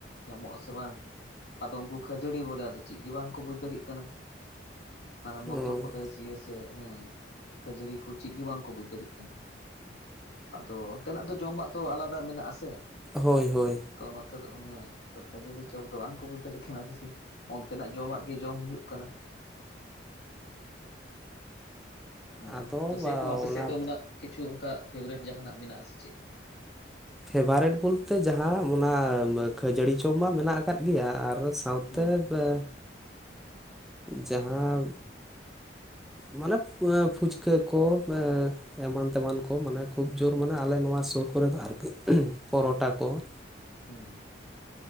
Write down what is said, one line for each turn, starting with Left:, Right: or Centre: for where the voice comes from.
Left: ᱧᱟᱢᱚᱜ-ᱟ ᱥᱮ ᱵᱟᱝ ᱾ ᱟᱫᱚ ᱩᱱᱠᱩ ᱠᱷᱟᱹᱡᱟᱹᱲᱤ ᱵᱚᱞᱮ ᱟᱫᱚ ᱪᱮᱜ ᱜᱮ ᱵᱟᱝᱠᱚ ᱵᱩᱡ ᱫᱟᱲᱮᱜ ᱠᱟᱱᱟ ᱾ ᱦᱟᱱᱮ
Centre: ᱚ
Left: ᱢᱚᱫᱽᱫᱷᱚᱯᱨᱚᱫᱮᱥ ᱤᱭᱟᱹ ᱥᱮᱫ ᱦᱮᱸ ᱠᱷᱟᱹᱡᱟᱹᱲᱤ ᱠᱚ ᱪᱮᱜ ᱜᱮ ᱵᱟᱝᱠᱚ ᱵᱩᱡᱽ ᱫᱟᱲᱮᱜ ᱠᱟᱱᱟ ᱾ ᱟᱫᱚ ᱚᱱᱛᱮᱱᱟᱜ ᱫᱚ ᱡᱚᱢᱟᱜ ᱫᱚ ᱟᱞᱟᱫᱟ ᱢᱮᱱᱟᱜ ᱟᱥᱮ
Centre: ᱦᱳᱭ
Left: ᱼᱼ
Centre: ᱦᱳᱭ
Left: ᱛᱚ ᱱᱚᱛᱮ ᱫᱚ ᱠᱷᱟᱹᱡᱟᱹᱲᱤ ᱪᱚᱯ ᱫᱚ ᱵᱟᱝᱠᱚ ᱵᱩᱡᱽ ᱫᱟᱲᱮᱜ ᱠᱟᱱᱟ ᱟ. ᱰᱤ ᱜᱮ ᱚᱱᱛᱮᱱᱟᱜ ᱡᱚᱢᱟᱜ ᱜᱮ ᱡᱚᱢ ᱦᱩᱭᱩᱜ ᱠᱟᱱᱟ ᱦᱮᱸ
Centre: ᱟᱫᱚ
Left: ᱛᱚ ᱥᱮᱨᱚᱠᱚᱢ ᱟᱯᱮ
Centre: ᱚᱱᱟ
Left: ᱥᱮᱫ ᱫᱚ ᱢᱟᱱᱮ ᱠᱤᱪᱷᱩ ᱚᱱᱠᱟ ᱯᱷᱮᱵᱟᱨᱮᱴ ᱡᱟᱦᱟᱱᱟᱜ ᱢᱮᱱᱟᱜ-ᱟ ᱥᱮ ᱪᱮᱫ?
Centre: ᱯᱷᱮᱵᱟᱨᱮᱴ ᱵᱚᱞᱛᱮ ᱡᱟᱦᱟᱸ ᱚᱱᱟ ᱠᱷᱟᱹᱡᱟᱹᱲᱤ ᱪᱚᱯ ᱢᱟ ᱢᱮᱱᱟᱜ ᱟᱠᱟᱫ ᱜᱮᱭᱟ ᱾ ᱟᱨ ᱥᱟᱶᱛᱮ
Left: ᱦᱩᱸ
Centre: ᱵᱮ ᱡᱟᱦᱟᱸ ᱢᱟᱱᱮ ᱯᱷᱩᱪᱠᱟᱹ ᱠᱚ ᱼᱼ ᱮᱢᱟᱱ ᱛᱮᱢᱟᱱ ᱠᱚ ᱢᱟᱱᱮ ᱠᱷᱩᱵᱽ ᱡᱳᱨ ᱢᱟᱱᱮ ᱟᱞᱮ ᱱᱚᱣᱟ ᱥᱩᱨ ᱠᱚᱨᱮ ᱫᱚ ᱟᱨᱠᱤ ᱩᱜ ᱯᱚᱨᱚᱴᱟ ᱠᱚ ᱼᱼ
Left: ᱩᱸ